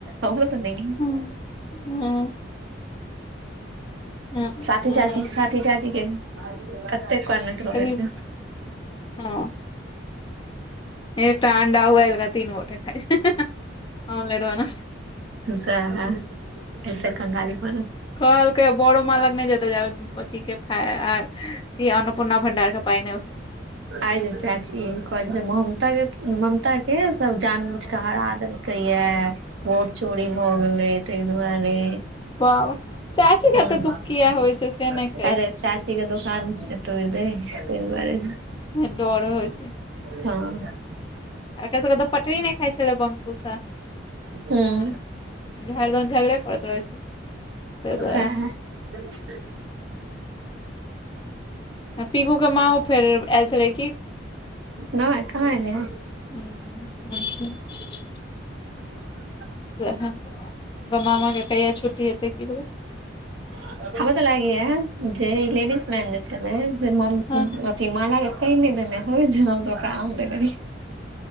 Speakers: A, on the right; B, on the left.
A: हमरो त नैइ।
B: हूं - हुं- ह
A: साती चाची साती चाची के कतेक कानैत रहै
B: अभी
A: छै।
B: हँ एकटा अंडा उबाइलक तीन गोटे खाइ छै। ऑमलेट बनाके
A: सैह एत्तै कंगाली पना
B: कहलकै बरोमाँ लग नै जेतय जाबेत पति के फाय ई अन्नपूर्णा भंडारके पाइ नै
A: आइ जे चाची कहै छलै, ममताके, ममता के सब जान बूझ के हरा देलक्- कैयैऽ बोट चोरी भऽ गेलै तै दुआरे।
B: बाबा। चाची के
A: हँ
B: एत्ते दुःख कियै होइ छै से नय कैह?
A: अरे चाची के दोकान नै तोइड़ दे, तै दुआरे।
B: डर होइ छै
A: हाँ।
B: एकर सबकेत पटरी नै खाय छले बंकुशा,
A: हूँ
B: हाँ, हरदम झगड़े करैत रहै छै। ताहि दुआरे
A: सैह। <unintelligible>
B: पीकू के माँओ फेर आयल छलै की
A: नै कहाँ एलैहें।
B: <unintelligible>
A: <inaudible>
B: <unintelligible> कमामाके कहिया छुट्टी हेतै? की भेलौ?
A: हमरा त लागैयैऽ जे इ लेडीजमैन जे छलै से मम
B: हँ
A: <unintelligible> ती माला के कैह नय देने होय जे हम सब ओकरा आम देने रहीयै।